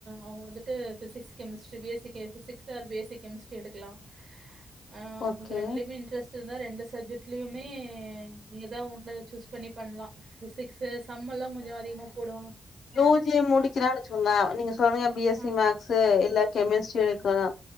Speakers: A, on the right; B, on the left.
A: அவங்க வந்துட்டு physics chemistry B S C physics or ஃபேசிக் chemistry எடுக்கலாம் ஆ அவங்களுக்கு
B: ஓகே
A: ரெண்டுலுமே இட்ரஸ்ட் இருந்தா ரெண்டு சப்ஜெக்ட் வீட்லயுமே எதான் ஒன்னு சூஸ் பண்ணி பண்ணலாம் பிசிக்ஸ் சம்பல்லாம் கொஞ்ச அதிகமா போடுவாங்க
B: யூஜி
A: ஆ,
B: முடிக்கிறான் வெச்சிக்கோங்க நீங்க சொல்றீங்க பிஎஸ்சி
A: ஆ,
B: மேக்ஸ் இல்ல கெமிஸ்ட்ரி எடுக்கலாம்